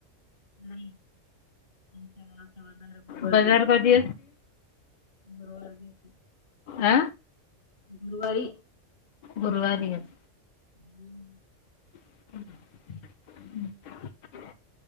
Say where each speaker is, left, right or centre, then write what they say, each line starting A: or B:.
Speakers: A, on the left; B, on the left.
A: <unintelligible> र गुरुवार
B: बाजार
A: दिवशी
B: कधी
A: असते गुरुवार दिवशी
B: आ.
A: गुरवारी.
B: गुरुवारी अस.
A: <inaudible>
B: हम्म्